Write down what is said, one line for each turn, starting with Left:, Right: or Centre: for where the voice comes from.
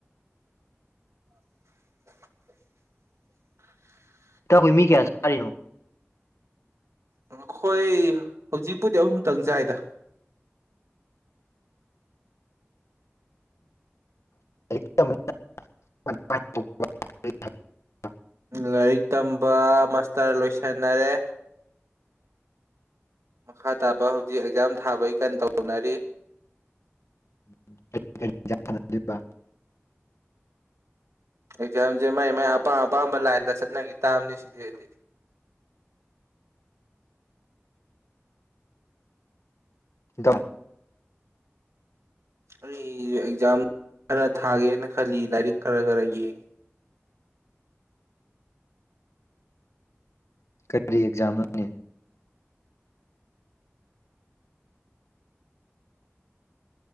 Right: <unintelligible>
Left: ꯏꯇꯈꯣꯏ ꯃꯤ ꯀꯌꯥ ꯆꯔꯤꯅꯣ
Right: ꯑꯩꯈꯣꯏ ꯍꯧꯖꯤꯛꯄꯨꯗꯤ ꯑꯍꯨꯝꯇꯪ ꯆꯥꯏꯗ
Left: <unintelligible>
Right: ꯂꯥꯏꯔꯤꯛ ꯇꯝꯕ ꯃꯥꯁꯇꯔ ꯂꯣꯏꯁꯟꯅꯔꯦ ꯃꯈꯥ ꯇꯥꯕ ꯍꯧꯖꯤꯛ ꯑꯦꯛꯖꯥꯝ ꯊꯥꯕꯩ ꯀꯟ ꯇꯧꯅꯔꯤ
Left: <unintelligible>
Right: ꯑꯦꯛꯖꯥꯝꯁꯦ ꯃꯥꯏ ꯃꯥꯏ ꯑꯄꯥꯝ ꯑꯄꯥꯝꯕ ꯂꯥꯏꯟꯗ ꯆꯠꯅꯈꯤ ꯇꯥꯕꯅꯤ ꯁꯤꯗꯤꯗꯤ
Left: ꯗ
Right: ꯑꯩ ꯑꯦꯛꯖꯥꯝ ꯈꯔ ꯊꯥꯒꯦꯅ ꯈꯜꯂꯤ ꯂꯥꯏꯔꯤꯛ ꯈꯔ ꯈꯔ ꯌꯦꯡꯉꯤ
Left: ꯀꯔꯤ ꯑꯦꯛꯖꯝ ꯑꯅꯤ